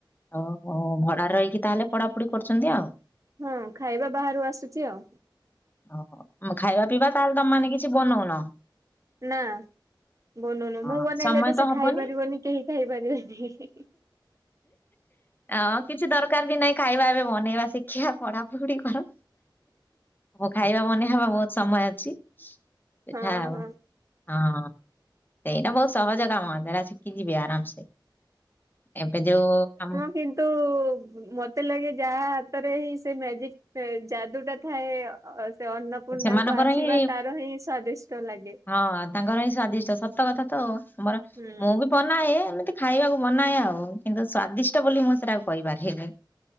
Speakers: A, on the left (about 25°); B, on the right (about 40°).
A: ଓହୋ ଭଡାରେ ରହିକି ତାହେଲେ ପଢାପଢି କରୁଛନ୍ତି ଆଉ।
B: ହଁ ଖାଇବା ବାହାରୁ ଆସୁଛି ଆଉ।
A: ଓହୋ ଖାଇବା ପିଇବା ତାହେଲେ ତମାନେ କିଛି ବନଉନ।
B: ନାଁ। ବନୁନୁ
A: ହଁ
B: ମୁଁ ବନେଇଲେ
A: ସମୟ
B: ତ ସେ
A: ହବନି
B: ଖାଇ ପାରିବନି କେହି ଖାଇପାରିବେନି।
A: ଆ କିଛି ଦରକାର ବି ନାଇଁ ଖାଇବା ଏବେ ବନେଇବା ଶିକଖିବା। ପଢାପୁଢି କର। କଉ ଖାଇବା ମନେ ହବା ବହୁତ ସମୟ ଅଛି ସେଠା
B: ହଁ ହଁ।
A: ହଁ। ସେଇଟା ବହୁତ ସହଜ କାମ ସରା ଶିଖି ଯିବି ଆରାମସେ ଏବେ ଯୋଉ କାମ
B: କିନ୍ତୁ ମତେ ଲାଗେ ଯାହା ହାତରେ ହିଁ ସେ ମ୍ୟାଜିକ ସେ ଯାଦୁଟା ଥାଏ ଅ ସେ ଅନ୍ନପୂର୍ଣ୍ଣାଙ୍କ
A: ସେମାନଙ୍କର
B: ଆସିବା
A: ହିଁ
B: ତାର ହିଁ ସ୍ଵାଦିଷ୍ଟ ଲାଗେ।
A: ହଁ ତାଙ୍କର ହିଁ ସ୍ଵାଦିଷ୍ଟ ସତ କଥା ତ ତମର
B: ହୁଁ
A: ମୁଁ ବି ପର ନାଁ ଏ ଏମିତି ଖାଇବାକୁ ବନାଏ ଆଉ କିନ୍ତୁ ସ୍ଵାଦିଷ୍ଟ ବୋଲି ମୁଁ ସେଟା କହିପାରିବନି।